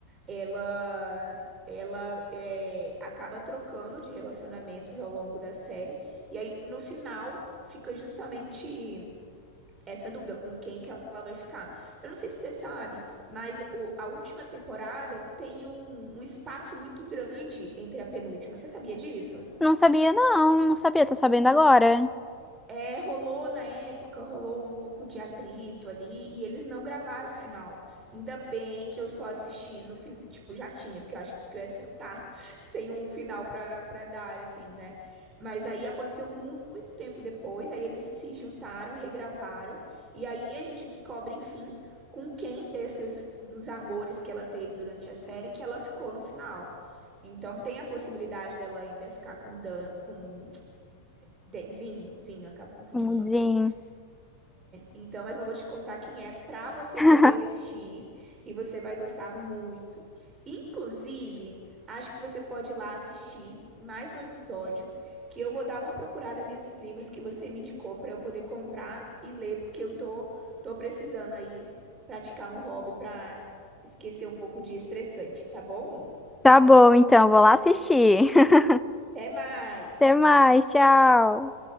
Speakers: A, on the right; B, in the centre.
A: Ela, ela é, acaba trocando de relacionamentos ao longo da série. E aí, no final, fica justamente essa dúvida com quem que ela vai ficar. Eu não sei se você sabe, mas o- a última temporada tem um, um espaço muito grande entre a penúltima. Você sabia disso?
B: Não sabia, não, não sabia, tô sabendo agora.
A: É, rolou na época, rolou um pouco de atrito ali, e eles não gravaram o final. Ainda bem que eu só assisti no final. Tipo, já tinha, porque eu acho que eu ia surtar <laughs> sem um final pra, pra dar, assim, né? Mas aí aconteceu mu- muito tempo depois, aí eles se juntaram, regravaram, e aí a gente descobre, enfim, com quem desses, dos amores que ela teve durante a série, que ela ficou no final. Então tem a possibilidade dela ainda ficar com Dan, com <tsk> Dan- Dean, Dean, eu acabo confundindo
B: O
A: o nome
B: Jim.
A: dele. Então, mas não vou te contar quem é pra você
B: <laughs>
A: poder assistir e você vai gostar muito. Inclusive, acho que você pode ir lá assistir mais um episódio que eu vou dar uma procurada nesses livros que você me indicou pra eu poder comprar e ler, porque eu tô tô precisando aí praticar um hobby pra esquecer um pouco de estressante, tá bom?
B: Tá bom, então, vou lá assistir. <laughs>
A: Até mais.
B: Até mais, tchau.